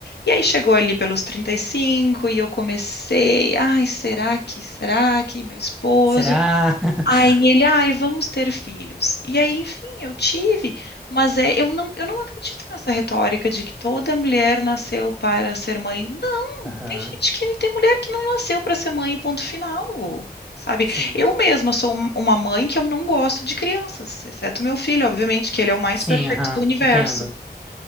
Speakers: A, on the left; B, in the centre.
A: E aí chegou ali pelos 35 e cinco e eu comecei, ai, será que, será que meu esposo?
B: Será? <laughs>
A: Aí ele, ai, vamos ter filhos. E aí, enfim, eu tive, mas é, eu não, eu não acredito nessa retórica de que toda mulher nasceu para ser mãe. Não,
B: Aham.
A: tem gente que tem mulher que não nasceu para ser mãe, ponto final. Sabe?
B: Sim.
A: Eu mesma sou um- uma mãe que eu não gosto de crianças, exceto meu filho, obviamente, que ele é o mais
B: Sim,
A: perfeito
B: aham.
A: do universo.
B: Entendo.